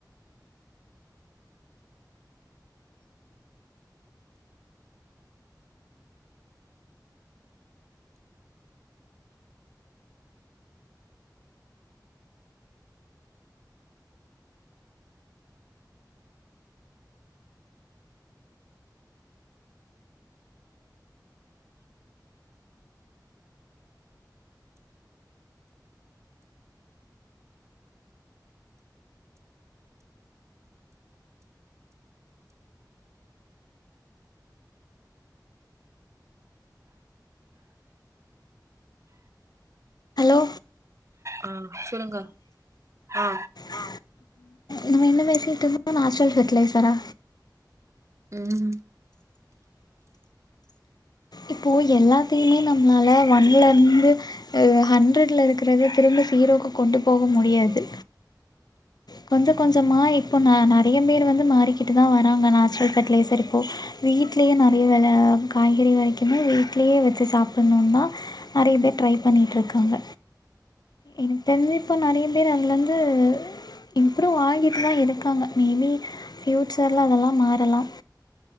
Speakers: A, on the left; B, on the right.
A: ஹலோ
B: அ சொல்லுங்க ஆ ஆ
A: ஆ நம்ம என்ன பேசிட்டுருந்தோ நாச்சுரல் ஃபெர்ட்லெய்சரா
B: ம்
A: இப்போ எல்லாத்தையுமே நம்மாள ஒண்ணலருந்து எ ஹண்ட்ரட்ல இருக்குறது திரும்ப சீரோக்கு கொண்டு போக முடியாது கொஞ்சோ கொஞ்சமா இப்போ ந நெறைய பேரு வந்து மாறிக்கிட்டு தா வாராங்க நேச்சுரல் ஃபெர்டிலைசர் இப்போ வீட்லயே நெறைய வெல காய்கறி வரைக்குமே வீட்லயே வச்சு சாப்டணும்னா நெறைய பேர் ட்ரை பண்ணிட்டுருக்காங்க எனக்கு தெரிஞ்சு இப்போ நெறைய பேர் அதுலருந்து இம்ப்ரூவ் ஆகிட்டு தா இருக்காங்க மேபி ஃப்யூச்சர்ல அதெல்லா மாறலா